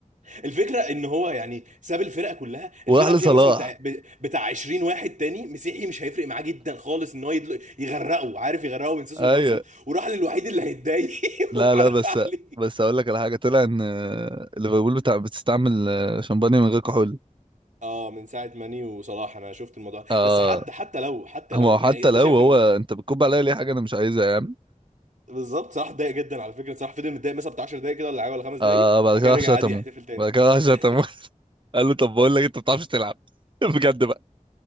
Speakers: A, on the right (about 75°); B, on the right (about 40°).
A: الفكره ان هو يعني ساب الفرقه كلها
B: وراح
A: الفرقه
B: لصلاح
A: فيها مثلا بتاع ب- بتاع 20 واحد تاني مسيحي مش هيفرق معاه جدا خالص ان هو يدل- يغرقه عارف يغرقه من سيسو
B: ايوه
A: لراسه وراح للوحيد اللي هيتضايق <laughs>
B: لا
A: وحدف
B: لا بس
A: عليه
B: بس اقول لك على حاجه طلع ان ليفربول بتاع بتستعمل شمبانيا من غير كحول
A: اه من ساعه ماني وصلاح انا شفت الموضوع ده.
B: اه
A: بس حتى حتى لو حتى
B: هو
A: لو يعني
B: حتى
A: انت
B: لو
A: شايف
B: هو
A: ان
B: انت بتكب عليا ليه حاجه انا مش عايزها يا عم
A: بالظبط صلاح اتضايق جدا على فكره صلاح فضل متضايق مثلا بتاع 10 دقايق كده ولا حاجه ولا خمس دقايق
B: آه بعد
A: وبعد
B: كده
A: كده
B: راح
A: رجع
B: شتمه
A: عادي يحتفل تاني
B: بعد كده راح شتمه
A: <laughs>
B: <laughs> قال له طب بقول لك انت ما بتعرفش تلعب <laughs> بجد بقى